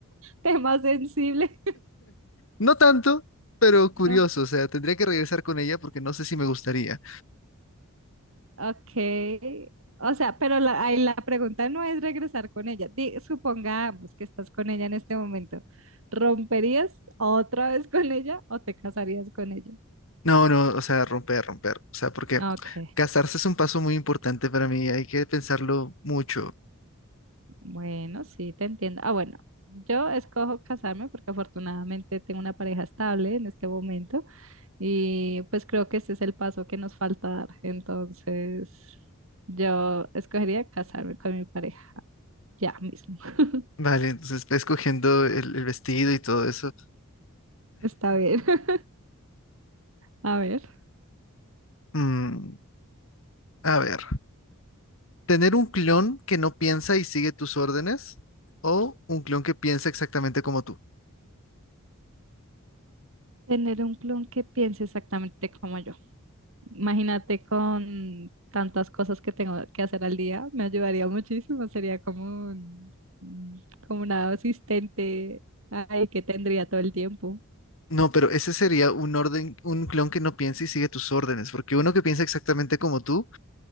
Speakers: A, on the right; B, on the left.
A: tema sensible.
B: no tanto, pero curioso,
A: No,
B: o sea, tendría que regresar con ella porque no sé si me gustaría.
A: Ok. O sea, pero la, ahí la pregunta no es regresar con ella. Di- supongamos que estás con ella en este momento. ¿Romperías otra vez con ella o te casarías con ella?
B: No, no, o sea, romper, romper, o sea, porque
A: Ok,
B: casarse es un paso muy importante para mí, hay que pensarlo mucho,
A: bueno, sí, te entiendo. Ah, bueno, yo escojo casarme porque afortunadamente tengo una pareja estable en este momento y pues creo que ese es el paso que nos falta dar. Entonces, yo escogería casarme con mi pareja ya mismo. <laughs>
B: Vale, entonces va escogiendo el, el vestido y todo eso.
A: Está bien. <laughs> A ver.
B: Mm, a ver, ¿tener un clon que no piensa y sigue tus órdenes? ¿O un clon que piensa exactamente como tú?
A: Tener un clon que piense exactamente como yo. Imagínate con tantas cosas que tengo que hacer al día, me ayudaría muchísimo. Sería como un- como una asistente ay, que tendría todo el tiempo.
B: No, pero ese sería un orden, un clon que no piensa y sigue tus órdenes, porque uno que piensa exactamente como tú